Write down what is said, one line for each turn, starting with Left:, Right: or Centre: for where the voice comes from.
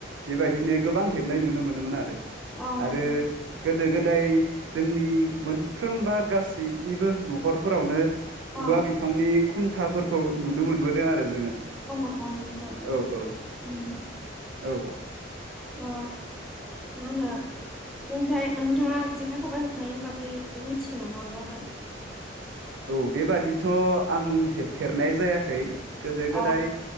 Right: बेबायदिनो गोबां हेबनाय नुनो मोनोमोन आरो
Centre: अ नोंथां
Right: आरो गोदो गोदाय जोंनि मोन साफ्रोमबा गासैनिबो नखरफोरावनो
Centre: औ
Right: औवा बिफांनि खुन्थाफोरखौ नुनो मोनो मोनबोदों आरो जोङो
Centre: औ औ नोंथां
Right: औ औ
Centre: उम
Right: औ
Centre: अ मा होनो नोंथाय नोंथाङा जेखाइ खबाइ हेबनायनि बागै मिथिगो नामा माबाफोर
Right: औ बेबादिथ आं हेबफेरनाय जायाखै गोदो गोदाय
Centre: अ